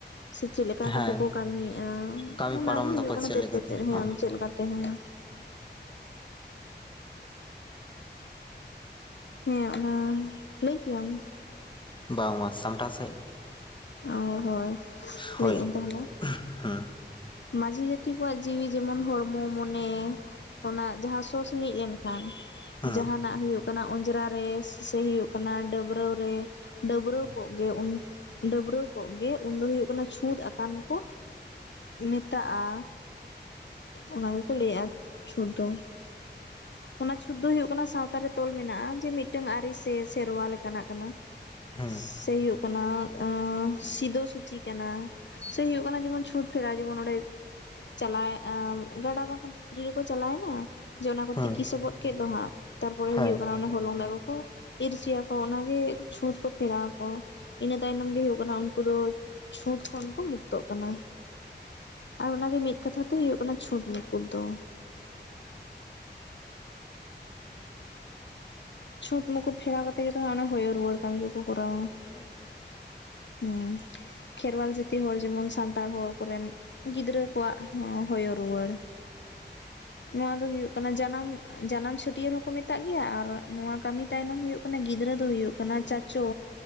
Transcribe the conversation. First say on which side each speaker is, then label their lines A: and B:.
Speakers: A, on the left; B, on the left.
A: ᱥᱮ ᱪᱮᱫ ᱞᱮᱠᱟ
B: ᱦᱮᱸ
A: ᱠᱟᱛᱮ ᱠᱚ ᱠᱟᱹᱢᱤᱭᱮᱜᱼᱟ?
B: ᱠᱟᱹᱢᱤ
A: ᱚᱱᱟ
B: ᱯᱟᱨᱚᱢ
A: ᱜᱮ
B: ᱫᱟᱠᱚ
A: ᱦᱩᱭᱩᱜ ᱠᱟᱱᱟ
B: ᱪᱮᱫ
A: ᱛᱮᱛᱮᱫ
B: ᱞᱮᱠᱟᱛᱮ
A: ᱾ ᱦᱮᱸ
B: ᱦᱚᱸ
A: ᱪᱮᱫ ᱞᱮᱠᱟᱛᱮ ᱦᱮᱸ ᱾ ᱦᱮᱸ, ᱚᱱᱟ ᱞᱟᱹᱭ ᱠᱮᱭᱟᱢ ᱾
B: ᱵᱟᱝ ᱵᱟᱝ ᱥᱟᱢᱴᱟᱥ
A: ᱚ ᱦᱳᱭ,
B: ᱦᱳᱭ
A: ᱞᱟᱹᱭᱮᱫ ᱟᱹᱧ ᱛᱟᱦᱚᱞᱮ
B: ᱦᱩᱸ
A: ᱢᱟᱺᱡᱷᱤ ᱡᱟᱹᱛᱤ ᱠᱚᱣᱟᱜ ᱡᱤᱣᱤ ᱡᱮᱢᱚᱱ ᱦᱚᱲᱢᱚ ᱢᱚᱱᱮ ᱚᱱᱟ ᱡᱟᱦᱟᱸ ᱥᱳ ᱥᱤᱲᱤᱡ ᱞᱮᱱ ᱠᱷᱟᱱ
B: ᱦᱩᱸ
A: ᱡᱟᱦᱟᱸᱱᱟᱜ ᱦᱩᱭᱩᱜ ᱠᱟᱱᱟ ᱚᱸᱡᱽᱨᱟ ᱨᱮ, ᱥᱮ ᱦᱩᱭᱩᱜ ᱠᱟᱱᱟ ᱰᱟᱹᱵᱽᱨᱟᱹᱣ ᱨᱮ, ᱰᱟᱹᱵᱽᱨᱟᱹᱣ
B: ᱦᱩᱸ
A: ᱠᱚᱜ ᱜᱮ ᱰᱟᱹᱵᱽᱨᱟᱹᱣ ᱠᱚᱜ ᱜᱮ, ᱩᱱ ᱫᱚ ᱦᱩᱭᱩᱜ ᱠᱟᱱᱟ ᱪᱷᱩᱸᱛ ᱟᱠᱟᱱ ᱠᱚ ᱾ ᱢᱮᱛᱟᱜᱼᱟ, ᱚᱱᱟ ᱜᱮ ᱠᱚ ᱞᱟᱹᱭᱮᱜᱼᱟ ᱪᱷᱩᱛ ᱫᱚ᱾ <inaudible> ᱚᱱᱟ ᱪᱷᱩᱸᱛ ᱫᱚ ᱠᱟᱱᱟ ᱥᱟᱶᱛᱟᱨᱮ ᱛᱚᱞ ᱢᱮᱱᱟᱜᱼᱟ, ᱡᱮ ᱢᱤᱫᱴᱟᱱ ᱟᱹᱨᱤ ᱥᱮ ᱥᱮᱨᱣᱟ ᱞᱮᱠᱟᱱᱟᱜ ᱠᱟᱱᱟ ᱾
B: ᱦᱩᱸ
A: ᱥᱮ ᱦᱩᱭᱩᱜ ᱠᱟᱱᱟ ᱥᱤᱫᱳ ᱥᱩᱪᱤ ᱠᱟᱱᱟ ᱾ ᱥᱮ ᱦᱩᱭᱩᱜ ᱠᱟᱱᱟ, ᱡᱮᱢᱚᱱ ᱪᱷᱩᱛ ᱯᱷᱮᱲᱟᱣ ᱡᱮᱢᱚᱱ ᱚᱸᱰᱮ ᱪᱟᱞᱟᱣᱚᱜᱼᱟ, ᱜᱟᱰᱟ ᱵᱟᱝᱠᱷᱟᱱ ᱯᱩᱠᱷᱨᱤ ᱨᱮᱠᱚ ᱪᱟᱞᱟᱣᱮᱱᱟ ᱡᱮ ᱚᱱᱟ ᱠᱚ
B: ᱦᱮᱸ
A: ᱛᱤᱠᱤ ᱥᱚᱵᱚᱫ ᱠᱮᱫ ᱫᱚ ᱦᱟᱸᱜ, ᱛᱟᱨᱯᱚᱨᱮ
B: ᱦᱳᱭ
A: ᱦᱩᱭᱩᱜ ᱠᱟᱱᱟ ᱦᱚᱞᱚᱝ ᱫᱟᱜ ᱠᱚ ᱠᱚ ᱤᱨᱪᱤᱹᱭᱟᱠᱚ ᱚᱱᱟ ᱜᱮ ᱪᱷᱩᱸᱛ ᱠᱚ ᱯᱷᱮᱲᱟᱣ ᱟᱠᱚ ᱾ ᱤᱱᱟᱹ ᱛᱟᱭᱱᱚᱢ ᱜᱮ ᱦᱩᱭᱩᱜ ᱠᱟᱱᱟ ᱩᱱᱠᱩ ᱫᱚ ᱪᱷᱩᱸᱛ ᱠᱷᱚᱱ ᱠᱚ ᱢᱩᱠᱛᱚᱜ ᱠᱟᱱᱟ ᱾ ᱟᱨ ᱚᱱᱟ ᱜᱮ ᱢᱤᱫ ᱠᱟᱛᱷᱟ ᱫᱚ ᱦᱩᱭᱩᱜ ᱠᱟᱱᱟ ᱪᱷᱩᱸᱛ ᱢᱩᱠᱩᱴ ᱫᱚ ᱾ ᱪᱷᱩᱛ ᱢᱩᱠᱩᱴ ᱯᱷᱮᱲᱟᱣ ᱠᱟᱛᱮ ᱜᱮ ᱛᱚ ᱚᱱᱮ ᱦᱚᱭᱚ ᱨᱩᱣᱟᱹᱲ ᱠᱟᱹᱢᱤ ᱠᱚᱠᱚ ᱠᱚᱨᱟᱣᱟ ᱾
B: ᱦᱳᱭ ᱦᱳᱭ ᱾
A: ᱦᱩᱸ, ᱠᱷᱮᱨᱣᱟᱞ ᱡᱟᱹᱛᱤ ᱦᱚᱲ ᱡᱮᱢᱚᱱ ᱥᱟᱱᱛᱟᱲ ᱦᱚᱲ ᱠᱚᱨᱮᱱ ᱜᱤᱫᱽᱨᱟᱹ ᱠᱚᱣᱟᱜ ᱦᱚᱸ ᱦᱚᱭᱚ ᱨᱩᱣᱟᱹᱲ ᱾ ᱱᱚᱣᱟ ᱫᱚ ᱦᱩᱭᱩᱜ ᱠᱟᱱᱟ ᱡᱟᱱᱟᱢ, ᱡᱟᱱᱟᱢ ᱪᱷᱟᱹᱴᱭᱟᱹᱨ ᱦᱚᱸᱠᱚ ᱢᱮᱛᱟᱜ ᱜᱮᱭᱟ ᱟᱨ ᱱᱚᱣᱟ ᱠᱟᱹᱢᱤ ᱛᱟᱭᱱᱚᱢ ᱦᱩᱭᱩᱜ ᱠᱟᱱᱟ ᱜᱤᱫᱽᱨᱟᱹ ᱫᱚ ᱦᱩᱭᱩᱜ ᱠᱟᱱᱟ ᱪᱟᱪᱳ,